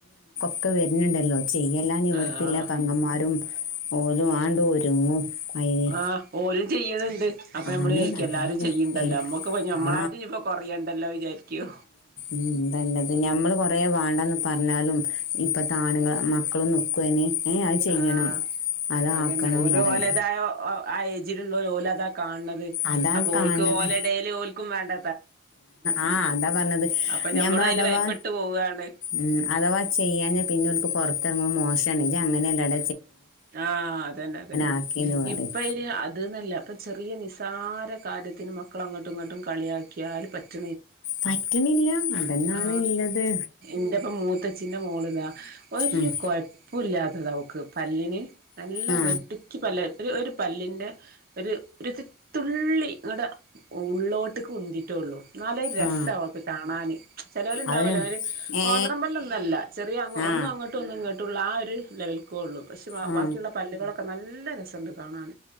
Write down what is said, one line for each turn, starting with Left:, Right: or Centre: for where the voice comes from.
Left: ഒക്കെ വരുന്നുണ്ടല്ലോ ചെയ്യലൻ ഇവർത്തില്ല
Right: ആഹ്
Left: പങ്ങന്മാരും ഓരും ആണ്ട് ഒരുങ്ങും അയിന്
Right: ആഹ് ഓലും ചെയ്യനുണ്ട് അപ്പൊ നമ്മള്ചാരിക്കും
Left: ആണ് അതാണ്
Right: എല്ലാരും ചെയ്യണ്ടല്ലോ
Left: കേൾക്ക്
Right: നമ്മക്ക് നമ്മളായിട്ട്ും
Left: ആ
Right: ഇപ്പൊ കൊറയണ്ടല്ലോ വിചാരിക്കോ
Left: ഉ തന്നത് നഞമ്മള് കൊറേ വേണ്ട പറഞ്ഞാലും ഇപ്പതാണുങ്ങളും മക്കളും നിക്കോതിന് ഏ അയ് ചെയ്യണം
Right: ആഹ്
Left: അത
Right: അതന്നെ
Left: ആാക്കണം
Right: ഓല്
Left: പറയ
Right: ഓലതായ ആ ഏജിലുള്ള ഓല അതാ കാൺണത്
Left: അതാ
Right: അപ്പൊ
Left: കാണുന്നത്
Right: ഓൽക്ക് ഓലെ ഡെയിലി ഓൽക്കും വേണ്ട
Left: ആ അതാ പറഞ്ഞത്
Right: അപ്പൊ ഞമ്മളും
Left: ഞമ്മള
Right: അയില്
Left: അതാവാ
Right: ഭയപ്പെട്ട് പോവാണ്
Left: ഉം അഥവാ ചെയ്യാഞാ പിന്നെ ഓല്ക്ക് പുറത്തിറങ്ങുമ്പോ മോശണ് ജ്ജ് അങ്ങനെല്ലട
Right: ആഹ അതന്നെ അത തന്നെ
Left: ആക്കിന്ന് പറയും
Right: ഇപ്പൊ ഇര് അത്ന്നല്ല ഇപ്പൊ ചെറിയ നിസാര കാര്യത്തിന് മക്കള അങ്ങോട്ടും ഇങ്ങോട്ടും കളിയാക്കിയാൽ പറ്റ
Left: പറ്റണില്ല അതന്നാണ്
Right: ൂആ
Left: ഇള്ളത്
Right: ന്റെ പ്പോ മൂ മുത്തച്ചിന്റെ മോളിതാ ഒരു
Left: ഉം
Right: കുഴപ്പോല്യാതെ അവക്ക്- നല്ലിന് നല്ല
Left: ആ
Right: റെഡ്ഡ്ക്ക് പല ഒരു ഒരു പല്ലിൻ്റെ ഒരു ഒരു തുള്ളി ഇങ്ങുടെ ഉള്ളോട്ട് കുന്തിയിട്ടേ ഉള്ളൂ നല്ലൊരു രസമാണ്
Left: ആ
Right: അവക്ക് കാണാൻ ചിലവരുണ്ടാവല്ലോ
Left: അത്
Right: അവര്
Left: ഏ
Right: കോന്ത്രംമ്പലോന്നല്ല ചെറിയ ഒന്ന്
Left: ആ
Right: അങ്ങോട്ടും ഒന്നും ഇങ്ങോട്ട് തട്ടുള്ള ആ ഒരു ലെവലക്കേ ഉള്ളൂ പക്ഷേ
Left: ആ
Right: ബാക്കിയുള്ള പല്ലുകളൊക്കെ നല്ല രസമുണ്ട് കാണാൻ